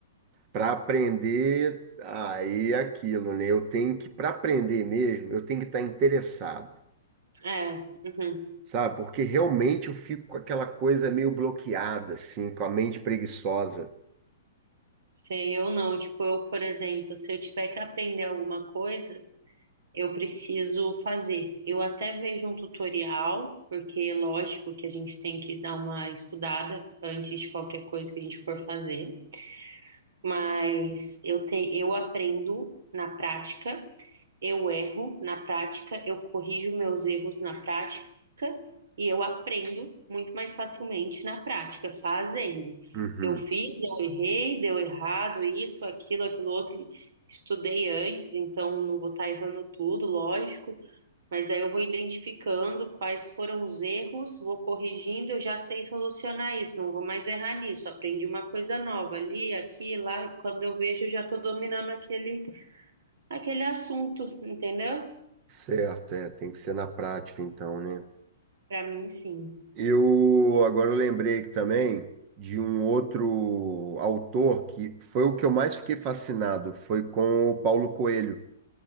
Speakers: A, on the right; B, on the right.
A: Para aprender, aí é aquilo, né? Eu tenho que, para aprender mesmo, eu tenho que estar interessado,
B: É, uhum.
A: sabe? Porque realmente eu fico com aquela coisa meio bloqueada, assim, com a mente preguiçosa.
B: Sei, eu não. Tipo, eu, por exemplo, se eu tiver que aprender alguma coisa, eu preciso fazer. Eu até vejo um tutorial, porque é lógico que a gente tem que dar uma estudada antes de qualquer coisa que a gente for fazer. mas eu te, eu aprendo na prática, eu erro na prática, eu corrijo meus erros na prática e eu aprendo muito mais facilmente na prática, fazendo.
A: Uhum.
B: Eu fiz, eu errei, deu errado, isso, aquilo, aquilo outro, estudei antes, então não vou estar errando tudo, lógico, mas daí eu vou identificando quais foram os erros, vou corrigindo, eu já sei solucionar isso, não vou mais errar nisso. Aprendi uma coisa nova ali, aqui, lá, e quando eu vejo, eu já estou dominando aquele, aquele assunto, entendeu?
A: Certo, é, tem que ser na prática, então, né?
B: Para mim, sim.
A: Eu agora eu lembrei que também de um outro autor que foi o que eu mais fiquei fascinado, foi com o Paulo Coelho.